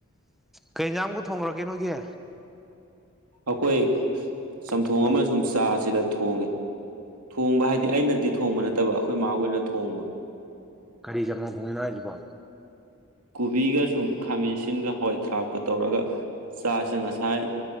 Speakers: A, in the centre; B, on the right (about 90°).
A: ꯀꯩ ꯌꯦꯡꯖꯥꯡ ꯕꯨ ꯊꯣꯡꯂ ꯒꯦ ꯅꯣꯏꯒꯤ꯫
B: ꯑꯩꯈꯣꯏ ꯆꯝꯊꯣꯡ
A: ꯑꯣ
B: ꯑꯃꯁꯨꯡ ꯆꯥꯁꯤꯗ꯫ ꯊꯣꯡꯉꯤ ꯊꯣꯡꯕ ꯍꯥꯏꯗꯤ ꯑꯩꯅꯗꯤ ꯊꯣꯡꯕ ꯅꯠꯇꯕ ꯑꯩꯈꯣꯏ ꯃꯥ ꯍꯣꯏꯅ ꯊꯣꯡꯕ꯫
A: ꯀꯔꯤ ꯆꯝꯊꯣꯡ ꯊꯣꯡꯉꯤꯅꯣ ꯍꯥꯏꯁꯤꯕꯣ꯫
B: ꯀꯣꯕꯤꯒ ꯁꯨꯝ ꯈꯥꯃꯦꯟꯁꯤꯟ ꯁꯤꯟꯒ ꯍꯋꯥꯏ ꯊ꯭ꯔꯥꯞꯀ ꯇꯧꯔꯒ ꯆꯥꯁꯤꯅ ꯉꯁꯥꯏ